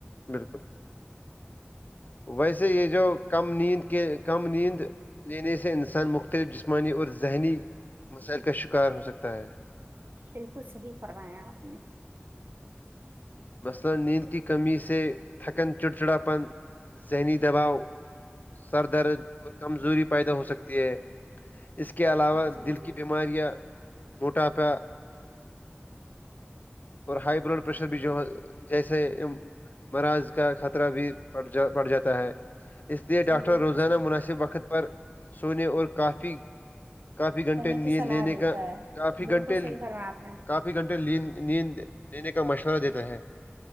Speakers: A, on the left (about 45°); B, on the right (about 60°).
A: بالکل ویسے یہ جو کم نیند کے کم نیند لینے سے انسان مختلف جسمانی اور ذہنی مسائل کا شکار ہو سکتا ہے
B: بالکل صحیح فرمایا آپ نے
A: مثلا نیند کی کمی سے تھکن چڑچڑا پن سینی دباؤ سر درد اور کمزوری پیدا ہو سکتی ہے اس کے علاوہ
B: جی
A: دل
B: جی
A: کی بیماری کماریہ موٹاپا اور ہائی بلڈ پریشر بھی جو ہے جیسے مراض کا خطرہ بھی پڑ جا پڑ جاتا ہے اس لیئے
B: جی
A: ڈاکٹر
B: بالکل
A: روزانہ مناسب وقت پر سونے اور کافی کافی گھنٹے
B: کرنے کی
A: نیت
B: صلاح
A: لینے
B: دیتا
A: کا
B: ہے
A: کافی
B: بالکل
A: گھنٹے
B: صحیح فرمایا آپ نے
A: کافی گھنٹے نیند لینے کا مشورہ دیتا ہے